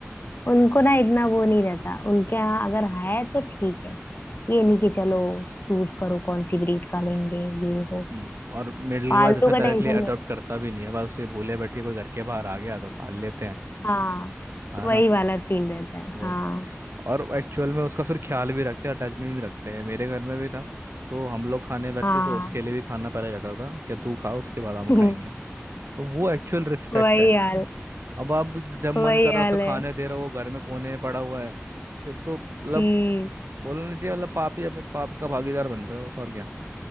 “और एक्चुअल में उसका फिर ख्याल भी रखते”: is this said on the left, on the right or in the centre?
Right